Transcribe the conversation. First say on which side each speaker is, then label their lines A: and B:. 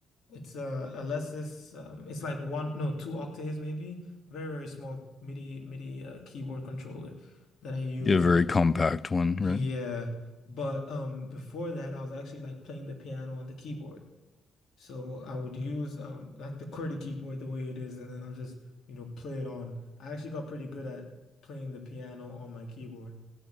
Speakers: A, on the left (about 65°); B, on the left (about 30°).
A: It's a Alesis. Um, it's like one, no, two octaves maybe. Very, very small MIDI MIDI uh, keyboard controller that I use.
B: You have a very compact one,
A: Yeah,
B: right?
A: but um, before that, I was actually like playing the piano on the keyboard. So I would use um like the QWERTY keyboard the way it is, and then I'll just you know play it on. I actually got pretty good at playing the piano on my keyboard.